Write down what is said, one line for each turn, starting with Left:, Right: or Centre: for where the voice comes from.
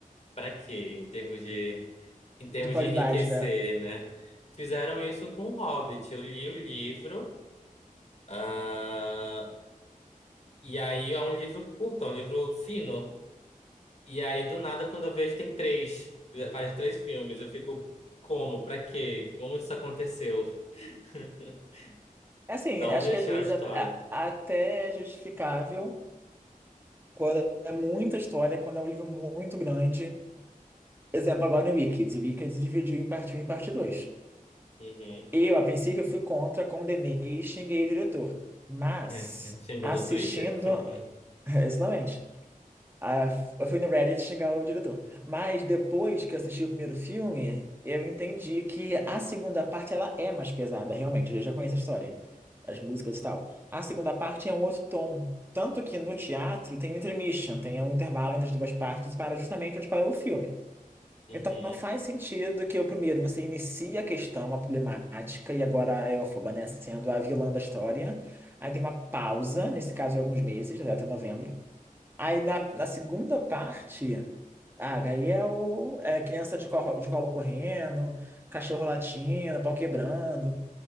Left: pra quê? Em termos de, em termos
Right: de qualidade,
Left: de enriquecer,
Right: né?
Left: né? Fizeram isso com o Hobbit. Eu li o livro, ah, e aí é um livro curto, é um livro fino. E aí, do nada, quando eu vejo, tem três. Faz três filmes. Eu fico, como? Pra quê? Como isso aconteceu? <laughs>
Right: É Assim,
Left: Da
Right: acho
Left: onde eles
Right: que às
Left: tiraram
Right: vezes
Left: a história?
Right: é, é até justificável Quando é muita história, quando é um livro muito grande. Exemplo, agora no Wicked. O Wicked dividiu em parte um e parte 2.
Left: Uhum.
Right: Eu, a princípio, fui contra, condenei e xinguei o diretor. Mas,
Left: <laughs> Xingou
Right: assistindo.
Left: no Twitter. <laughs>
Right: <laughs> Exatamente. Ah, eu fui no Reddit xingar o diretor. Mas depois que eu assisti o primeiro filme, eu entendi que a segunda parte ela é mais pesada, realmente. Eu já conheço a história, as músicas e tal. A segunda parte é um outro tom. Tanto que no teatro tem um intermission, tem um intervalo entre as duas partes para justamente onde parou o filme.
Left: Uhum.
Right: Então faz sentido que o primeiro você inicia a questão, a problemática, e agora a Elphaba, né, sendo a vilã da história. Aí tem uma pausa, nesse caso, de alguns meses, até novembro. Aí na, na segunda parte, sabe, aí é o é criança de colo, de colo correndo, cachorro latindo, pau quebrando,